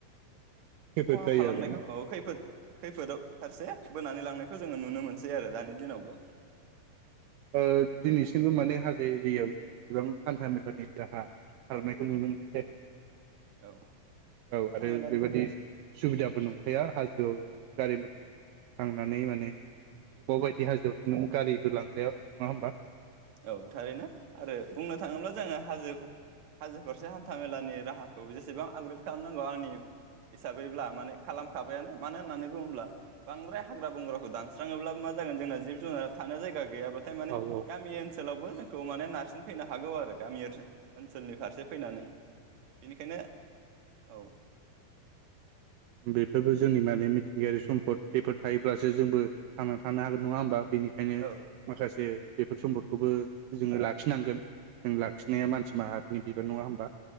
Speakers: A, on the right; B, on the right.
A: खैफोद
B: खहा
A: जायो
B: खालामनायखौ
A: आरोना
B: औ खैफोद खैफोदाव फारसे बोनानै लांनायखौ जोङो नुनो मोनसै आरो दानि दिनावबो
A: दिनैसिमबो माने हाजो एरियायाव जिसिबां हान्था मेलानि राहा खालामारनायखौ नुनो मोननाय जादों नङा होमबा
B: औ
A: औ
B: हान्था
A: आरो
B: मेलानि
A: बेबायदि सुबिदा बो नंखाया हाजोआव गारि मथर थांनानै माने बबेबा बायदि हाजोआवथ' नों गारिबो लांजाया नङा होमबा?
B: औ थारैनो आरो बुंनो थाङोब्ला जोङो हाजो हाजो फारसे हान्था मेलानि राहाखौ जेसेबां आपग्रेड खालामनांगौ आंनि हिसाबैब्ला माने खालामखाबायानो मानो होननानै बुङोब्ला बांद्राय हाग्रा बंग्राखौ दानस्राङोब्ला मा जागोन जोंना जिब जुनारा थानो जायगा गैयाबाथाय माने
A: औ औ
B: गामि ओन सोलावबो जोंखौ माने नारसिन फैनो हागौ आरो गामि ओनसोल ओनसोलनि फारसे फैनानै। बेनिखायनो औ।
A: बेफोरबो जोंनि माने मिथिंगायारि सम्पद बेफोर थायोब्लासो जोंबो थांना थानो हागोन नङा होमबा? बेनिखायनो
B: औ
A: माखासे
B: थारै
A: बेफोर सम्पदखौबो जोङो ला खिनांगोन जों लाखिनाया मानसि माहारिनि बिबान नङा होमबा?